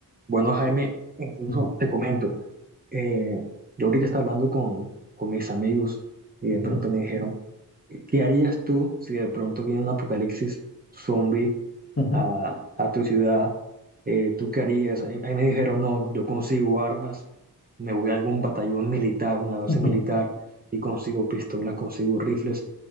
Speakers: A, on the right; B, on the left.
A: Bueno, Jaime, incluso
B: Mm,
A: te comento, eh, yo ahorita estaba hablando con, con mis amigos y de
B: ujú,
A: pronto me dijeron, ¿qué harías tú si de pronto viene un apocalipsis zombie
B: ujú,
A: a, a tu ciudad? Eh, ¿tú qué harías? Ahí ahí me dijeron, no, yo consigo armas, me voy a algún batallón militar, una base
B: ujú.
A: militar, y consigo pistolas, consigo rifles,